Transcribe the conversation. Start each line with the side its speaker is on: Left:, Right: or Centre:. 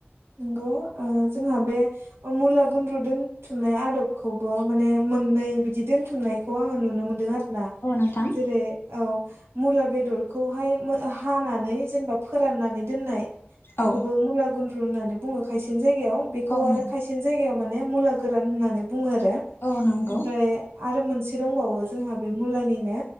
Right: नंगौ ओ जोंहा बे मुला गुन्द्रु दोनथुमनाय आदबखौबो माने मो मोननै बिदि दोनथुमनायखौ आंङो नुनो मोनदों आरो ना
Left: औ नोंथां
Right: जेरै औ मुला बेदरखौहाय हानानै जेनेबा फोराननानै दोननाय। बेखौबो
Left: औ
Right: मुला गुन्द्रु होननानै बुंङो खायसेनि जायगायाव बेखौ
Left: औ नंगौ
Right: आरो खायसेनि जायगायाव माने मुला गोरान होननानै बुङो आरो
Left: औ नंगौ
Right: आमफ्राय आरो मोनसे दंबावयो जोंहा बे मुलानिनो